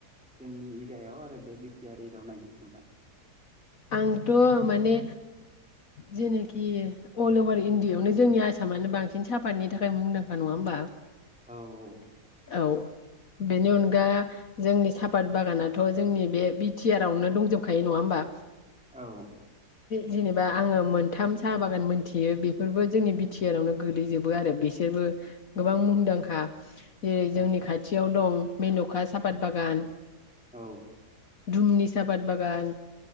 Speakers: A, in the centre; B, on the left.
A: जोंनि एरियायाव आरो बे बि टि आर एरियायाव नायनो थाङोब्ला
B: आंथ' माने जेनोखि अल अभार इण्डियावनो जोंनि आसाम मानो बांसिन सापातनि थाखाय मुंदांखा नङा होनोमबा?
A: औ औ
B: औ बेनि अनगा जोंनि सापात बागानाथ' जोंनि बे बि टि आर आवनो दंजोबखायो नङा होमबा
A: औ
B: जेनेबा आङो मोनथाम साहा बागान मोनथियो बेफोरबो जोंनि बि टि आर आवनो गोगलैजोबो आरो बेस फोरो गोबां मुंदांखा जेरै
A: औ
B: जोंनि खाथियाव दं मेन'खा सापाद बागान
A: औ
B: दुमनि सापाद बागान